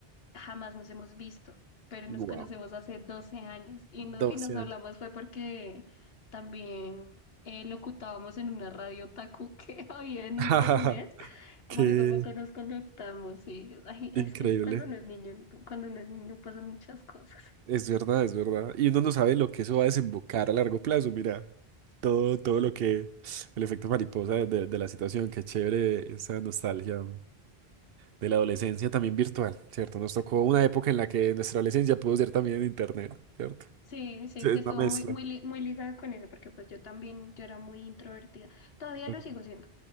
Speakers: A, on the left; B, on the right.
A: jamás nos hemos visto, pero nos
B: Guau.
A: conocemos hace 12 años y,
B: 12
A: no- y nos hablamos
B: años.
A: fue porque también eh, locutábamos en una radio taku que <laughs> había en
B: <laughs>
A: internet,
B: Qué
A: por eso fue que nos conectamos y ay, es
B: increíble.
A: que cuando uno es niño, cuando uno es niño pasan muchas cosas.
B: Es verdad, es verdad. Y uno no sabe lo que eso va a desembocar a largo plazo. Mira, todo, todo lo que, el efecto mariposa de, de la situación. Qué chévere esa nostalgia de la adolescencia también virtual, ¿cierto? Nos tocó una época en la que nuestra adolescencia pudo ser también en internet, ¿cierto?
A: Sí, sí,
B: Sí, es
A: que estuvo
B: una mezcla.
A: muy, muy, li- muy ligado con eso, porque pues yo también, yo era muy introvertida, todavía
B: Ok,
A: lo sigo siendo,